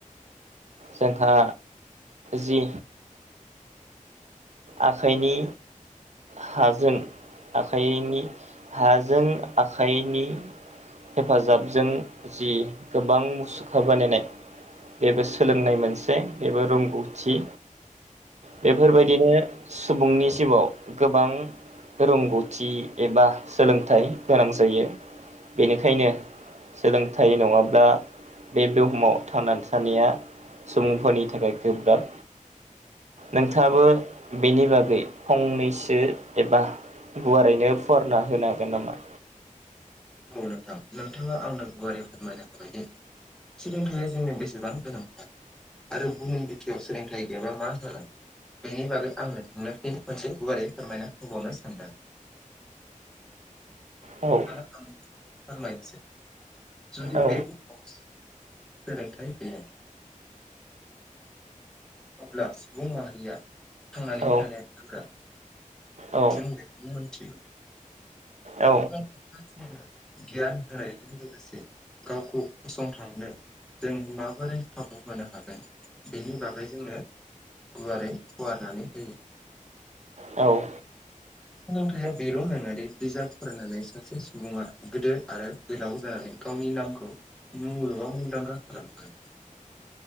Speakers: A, on the right; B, in the centre.
A: जोंहा जि आखाइनि हाजों आखाइनि हाजों आखाइनि हेफाजाबजों जि गोबां मुसुखा बानायनाय बेबो सोलोंनाय मोनसे बेबो रोंगौथि बेफोरबायदिनो सुबुंनि जिउआव गोबां रोंगौथि एबा सोलोंथाइ गोनां जायो बेनिखायनो सोलोंथाइ नङाब्ला बे बुहुमाव थांनानै थानाया सुबुंफोरनि थाखाय गोब्राब नोंथाङाबो बेनि बागै फंनैसो एबा गुवारैनो फुवारना होनो हागोन नामा?
B: औ नोंथां नोंथाङा आंनो गुवारै फोरमायनो हाबाय दे। सोलोंथाइया जोंनि बेसेबां गोनांथार। आरो बुहुम बिथियाव सोलोंथाइ गैयाबा मा जागोन? बेनि बागै आंनो <unintelligible> मोनसे गुवारै फोरमायना होबावनो सानदों।
A: औ।
B: दा आं फोरमायनोसै जुदि
A: औ
B: बे खौ सोलोंथाइ गैया अब्ला सुबुं माहारिया थांनानै
A: औ
B: थानाया गोब्रा
A: औ
B: जोंनो मोनथियो
A: औ
B: <unintelligible> गियान होनायजों लोगोसे गावखौ फसंथांनो। जों माबोरै खाबु होनो हागोन। बेनि बागै जोंनो गुवारै फुवारनानै होयो।
A: औ।
B: सोलोंथाइया बेल' नङादे बिजाब फरायनानै सासे सुबुङा गोदो आरो गोलाव जानानै गावनि नामखौ मुलुगाव मुंदांखा खालामगोन।